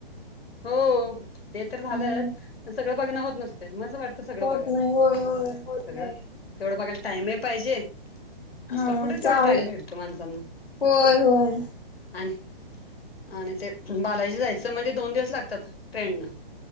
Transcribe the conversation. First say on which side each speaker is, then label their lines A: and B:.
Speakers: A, on the left (about 80°); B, on the left (about 60°).
A: हो, ते तर झालंच
B: हम्म
A: पण सगळं बघणं होत नसतंय मस वाटत सगळं
B: होत
A: बघाव.
B: नाही होय होय होत
A: सगळं
B: नाही
A: तेवढं बघायला टाइम ही पाहिजे. आजकाल
B: हा
A: कुठे
B: चालेल
A: तेवढा टाइम भेटतो माणसांना.
B: होय होय
A: आणी-आणी ते बालाजी जायचं म्हणजे दोन दिवस लागतात ट्रेंनन.